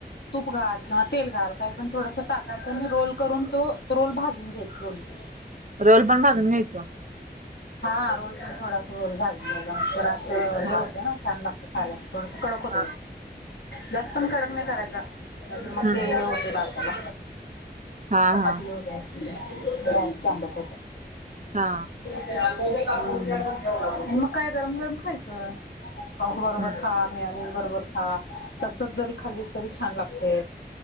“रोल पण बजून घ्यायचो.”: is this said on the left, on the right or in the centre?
Right